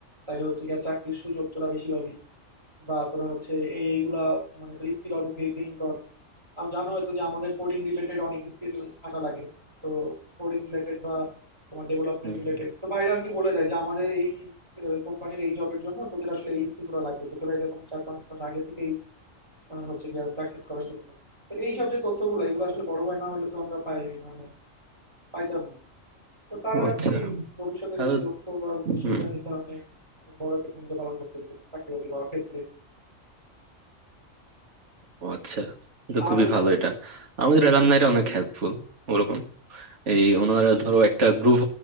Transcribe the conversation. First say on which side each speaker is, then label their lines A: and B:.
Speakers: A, on the right (about 20°); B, on the right (about 60°).
A: তাহলে হচ্ছে গিয়ে চাকরির সুযোগ তোরা বেশি পাবি বা তোরা হচ্ছে এই এইগুলা মানে তোর স্কিল আউট গেইন কর আর জানো হয়তো যে আমাদের কোডিং রিলেটেড অনেক স্কিল থাকা লাগে তো কোডিং রিলেটেড বা তোমার ডেভেলপমেন্ট
B: হুম
A: রিলেটেড
B: হুম।
A: তো ভাইরা আর কি বলে দেয় যে আমাদের এই কোম্পানির এই জবের জন্য তোদের আসলে এই স্কিলগুলো লাগবে তো তোরা এরকম চার পাঁচ মাস আগে থেকেই আহ, হচ্ছে গিয়ে প্র্যাকটিস করা শুরু কর তো এই সব যে তথ্যগুলো এগুলো আসলে বড় হয় না হলে তো আমরা পাই মানে পাইতাম না তো তারা
B: ও
A: আর
B: আচ্ছা
A: কি ভবিষ্যতের
B: তাহলে
A: এই যে লক্ষ্য বা উদ্দেশ্য
B: হুম
A: এটা নির্ধারণে অনেক বড় একটা ভূমিকা পালন করতেছে চাকরি বাকরি পাওয়ার ক্ষেত্রে
B: ও আচ্ছা তো
A: আর
B: খুবই
A: হচ্ছে-
B: ভালো এটা আমাদের
A: সেটাই
B: অ্যালামনাইরা অনেক হেল্পফুল ওরকম এই ওনারা ধরো একটা গ্রুপ